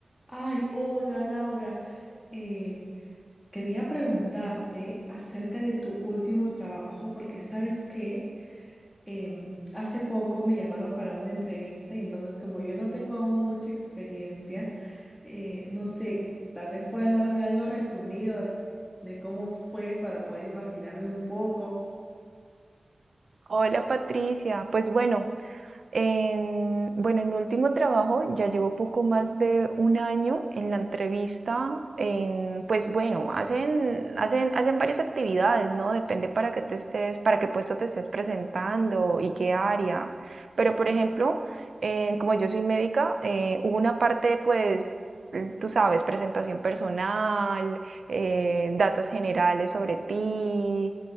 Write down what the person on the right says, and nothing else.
Hola Patricia, pues bueno, en, bueno, en mi último trabajo ya llevo poco más de un año en la entrevista, en, pues bueno, hacen, hacen, hacen varias actividades, ¿no? Depende para qué te estés, para qué puesto te estés presentando y qué área. Pero por ejemplo, eh, como yo soy médica, eh, hubo una parte, pues, l- tú sabes, presentación personal, eh, datos generales sobre ti